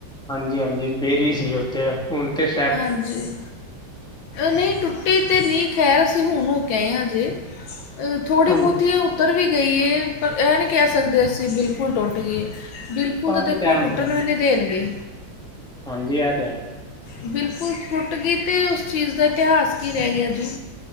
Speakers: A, in the centre; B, on the left.
A: ਹਾਂਜੀ-ਹਾਂਜੀ ਬੇਰੀ ਸੀ ਓੱਥੇ। ਹੁਣ ਤੇ ਸੈ਼
B: ਹਾਂਜੀ। ਨਈ ਟੁੱਟੀ ਤੇ ਨੀ ਖੈਰ ਅਸੀਂ ਹੁਣ ਹੋ ਕੇ ਆਏ ਹਜੇ। ਥੋੜ੍ਹੀ
A: ਹਾਂਜੀ
B: ਬੋਤੀ ਇਹ ਉੱਤਰ ਵੀ ਗਈ ਏ ਪਰ ਐ ਨੀ ਕਹਿ ਸਕਦੇ ਅਸੀਂ ਬਿਲਕੁਲ ਟੁੱਟ ਗਈ ਏ। ਬਿਲਕੁਲ
A: ਕਾਫੀ
B: ਤਾਂ ਦੇਖੋ
A: ਟਾਈਮ
B: ਟੁੱਟਣ
A: ਹੋ ਗਿਆ
B: ਵੀ ਨੀ ਦੇਣਗੇ।
A: ਹਾਂਜੀ ਐ ਤੇ ਹੈ।
B: ਬਿਲਕੁਲ ਟੁੱਟ ਗੀ ਤੇ ਉਸ ਚੀਜ਼ ਦਾ ਇਤਿਹਾਸ ਕੀ ਰੈ ਗਿਆ ਜੀ।